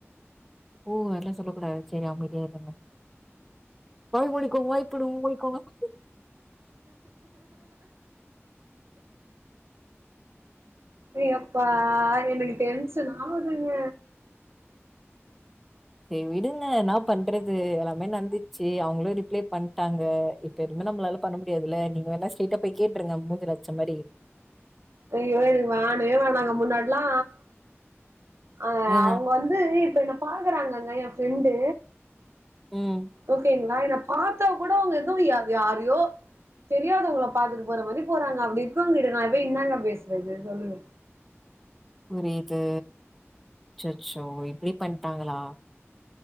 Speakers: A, in the centre; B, on the right.
A: ஓ அர்லா சொல்லக் கூடாது செரி அமைதியா இருங்க !!!!!!!!!!
B: ஃபி அப்பா எனக்கு டென்சன் ஆவுதுங்க
A: செ விடுங்க என்னாப் பண்றது எல்லாமே நடந்துச்சி அவங்களு ரிப்ளை பண்ட்டாங்க எப் பெருமனே நம்மளால பண்ண முடியாதுல்ல நீங்க வேணா ஸ்ட்ரைட்டா போய் கேட்ருங்க மூஞ்சில அடிச்ச மாரி
B: ஐயோ எனக்கு வேணவே வேணாங்க முன்னாட்ல்லா அ
A: ஆ,
B: அவங் வந்துஇ இப்ப என்ன பாக்குறாங்கங்க ய ஃப்ரெண்டு
A: ம்.
B: ஓகேங்களா என்னப் பாத்தா கூட அவங்க எது யாத் யாரையோ தெரியாதவங்கள பாத்துட்டு போற மாதி போறாங்க அப்டின் க்கவங் கிட்ட நா பெய் இன்னாங்க பேசுறது சொல்லுங்க
A: புரியுது ச்சச்சோ இப்டி பண்ட்டாங்களா